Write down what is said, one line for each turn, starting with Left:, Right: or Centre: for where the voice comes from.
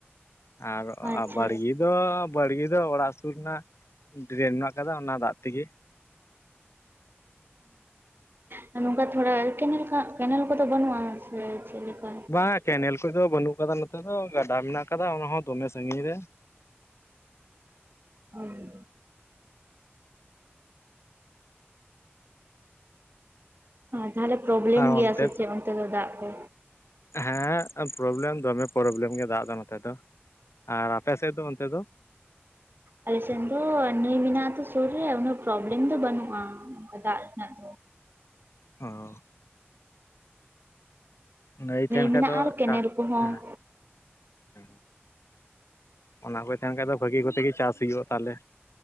Left: ᱟᱨ
Right: ᱟᱪᱪᱷᱟ
Left: ᱵᱟᱲᱜᱮ ᱫᱚ ᱵᱟᱲᱜᱮ ᱫᱚ ᱚᱲᱟᱜ ᱥᱩᱨ ᱨᱮᱱᱟᱜ ᱰᱨᱮᱱ ᱢᱮᱱᱟᱜ ᱟᱠᱟᱫᱟ ᱚᱱᱟ ᱫᱟᱜ ᱛᱮᱜᱮ
Right: ᱦᱮᱸ ᱱᱚᱝᱠᱟ ᱛᱷᱚᱲᱟ ᱠᱮᱱᱮᱞ ᱠᱮᱱᱮᱞ ᱠᱚᱫᱚ ᱵᱟᱹᱱᱩᱜᱼᱟ ᱥᱮ ᱪᱮᱫᱞᱮᱠᱟ
Left: <unintelligible> ᱠᱮᱱᱮᱞ ᱠᱚᱫᱚ ᱵᱟᱹᱱᱩᱜ ᱟᱠᱟᱫᱟ ᱱᱚᱛᱮ ᱫᱚ ᱜᱟᱰᱟ ᱢᱮᱱᱟᱜ ᱟᱠᱟᱫᱟ ᱚᱱᱟ ᱦᱚᱸ ᱫᱚᱢᱮ ᱥᱟᱺᱜᱤᱧ ᱨᱮ᱾
Right: ᱦᱮᱸ ᱛᱟᱦᱚᱞᱮ ᱯᱨᱚᱵᱞᱮᱢ
Left: ᱟᱨ
Right: ᱜᱮᱭᱟ
Left: ᱚᱱᱛᱮ
Right: ᱥᱮ ᱪᱮᱫ ᱚᱱᱛᱮ ᱫᱚ ᱫᱟᱜ ᱠᱚ
Left: ᱦᱮᱸ ᱯᱨᱚᱵᱞᱮᱢ ᱫᱚᱢᱮ ᱯᱨᱚᱵᱞᱮᱢ ᱜᱮᱭᱟ ᱫᱟᱜ ᱫᱚ ᱱᱚᱛᱮ ᱫᱚ ᱟᱨ ᱟᱯᱮ ᱥᱮᱫ ᱫᱚ ᱚᱱᱛᱮ ᱫᱚ
Right: ᱟᱞᱮᱥᱮᱫ ᱫᱚ ᱱᱟᱹᱭ ᱢᱮᱱᱟᱜᱼᱟ ᱟᱛᱚ ᱥᱩᱨ ᱨᱮ ᱩᱱᱟᱹᱜ ᱯᱨᱚᱵᱞᱮᱢ ᱫᱚ ᱵᱟᱹᱱᱩᱜᱼᱟ ᱚᱱᱠᱟ ᱫᱟᱜ ᱨᱮᱱᱟᱜ ᱫᱚ᱾
Left: ᱚ ᱱᱟᱹᱭ ᱛᱟᱦᱮᱱ
Right: ᱢᱮᱱᱟᱜᱼᱟ
Left: ᱠᱷᱟᱡ ᱫᱚ
Right: ᱟᱨ ᱠᱮᱱᱮᱞ
Left: ᱪᱟᱥ
Right: ᱠᱚᱦᱚᱸ
Left: ᱦᱮᱸ ᱦᱮᱸ ᱚᱱᱟ ᱠᱚ ᱛᱟᱦᱮᱱ ᱠᱷᱟᱡ ᱫᱚ ᱵᱷᱟᱹᱜᱤ ᱠᱚᱛᱮ ᱜᱮ ᱪᱟᱥ ᱦᱩᱭᱩᱜᱼᱟ ᱛᱟᱦᱚᱞᱮ